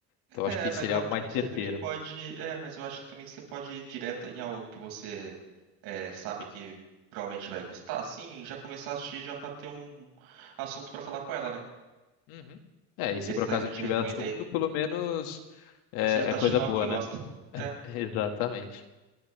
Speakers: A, on the left; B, on the right.
A: Então
B: É,
A: acho que
B: mas
A: seria
B: eu acho
A: algo
B: que
A: mais
B: você
A: certeiro.
B: também pode. É, mas eu acho que também que você pode ir direto em algo que você é, sabe que provavelmente vai gostar, assim, e já começar a assistir já pra ter um assunto pra falar com ela, né?
A: Uhum. É, e se
B: Desses
A: por acaso
B: aí que eu
A: não
B: te
A: tiver
B: recomendei.
A: assunto, pelo menos é,
B: Você já tá
A: é
B: assistindo
A: coisa
B: algo
A: boa,
B: que gosta.
A: né?
B: É.
A: <laughs> Exatamente.